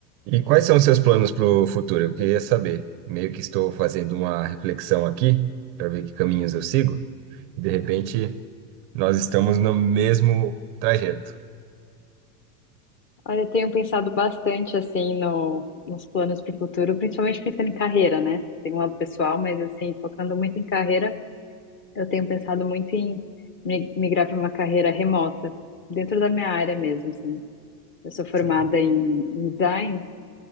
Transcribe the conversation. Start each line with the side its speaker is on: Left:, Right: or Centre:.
Right: E quais são os seus planos para o futuro? Eu queria saber. Meio que estou fazendo uma reflexão aqui para ver que caminhos eu sigo. De repente, nós estamos no mesmo trajeto.
Left: Olha, eu tenho pensado bastante assim no, nos planos para o futuro, principalmente pensando em carreira, né? Tem um lado pessoal, mas assim, focando muito em carreira, eu tenho pensado muito em mi- migrar para uma carreira remota, dentro da minha área mesmo, assim. Eu sou formada
Right: Sim.
Left: em, em design